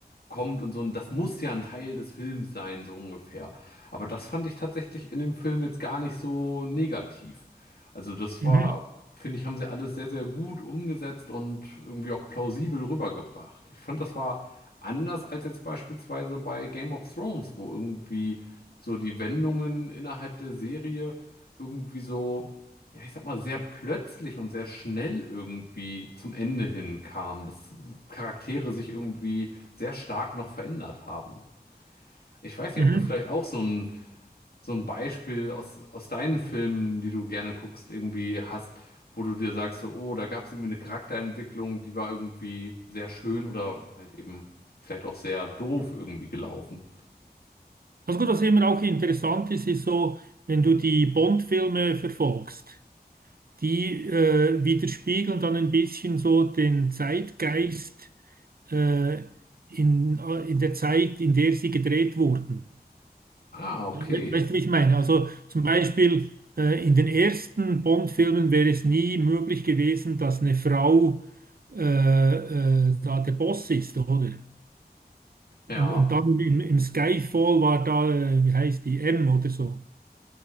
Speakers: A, on the left; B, on the right.
A: kommt und so. Und das muss ja ein Teil des Films sein, so ungefähr. Aber das fand ich tatsächlich in dem Film jetzt gar nicht so negativ. Also das
B: Mhm.
A: war, finde ich, haben sie alles sehr, sehr gut umgesetzt und irgendwie auch plausibel rübergebracht. Ich fand, das war anders als jetzt beispielsweise bei Game of Thrones, wo irgendwie so die Wendungen innerhalb der Serie irgendwie so, ja, ich sag mal, sehr plötzlich und sehr schnell irgendwie zum Ende hin kam, dass Charaktere sich irgendwie sehr stark noch verändert haben. Ich weiß nicht,
B: Mhm.
A: ob du vielleicht auch so ein, so ein Beispiel aus, aus deinen Filmen, die du gerne guckst, irgendwie hast, wo du dir sagst, so, oh, da gab es irgendwie eine Charakterentwicklung, die war irgendwie sehr schön oder halt eben vielleicht auch sehr doof irgendwie gelaufen.
B: Also gut, was immer auch interessant ist, ist so, wenn du die Bond-Filme verfolgst, die äh, widerspiegeln dann ein bisschen so den Zeitgeist äh, in, äh, in der Zeit, in der sie gedreht wurden.
A: Ah, okay.
B: Äh, We- Weißt du, wie ich meine? Also zum Beispiel äh, in den ersten Bond-Filmen wäre es nie möglich gewesen, dass eine Frau äh, äh, da der Boss ist, oder? Und,
A: Ja,
B: und dann im, im Skyfall war da, äh, wie heißt die, M oder so.